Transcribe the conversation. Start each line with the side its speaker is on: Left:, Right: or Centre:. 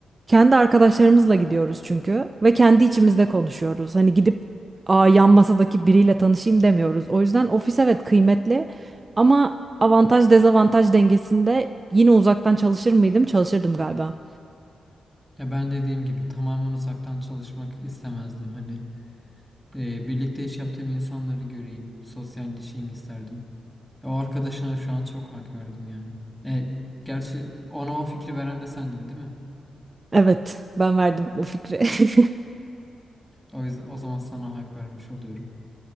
Right: kendi arkadaşlarımızla gidiyoruz çünkü ve kendi içimizde konuşuyoruz. Hani gidip Aa, yan masadaki biriyle tanışayım demiyoruz. O yüzden ofis evet kıymetli ama avantaj dezavantaj dengesinde yine uzaktan çalışır mıydım? Çalışırdım galiba.
Centre: Ya ben dediğim gibi tamamen uzaktan çalışmak istemezdim hani. Ee, birlikte iş yaptığım insanları göreyim, sosyalleşeyim isterdim. Ya o arkadaşına şu an çok hak verdim yani. E, gerçi ona o fikri veren de sendin değil mi?
Right: Evet, ben verdim o fikri. <laughs>
Centre: O yüzden o zaman sana hak vermiş oluyorum.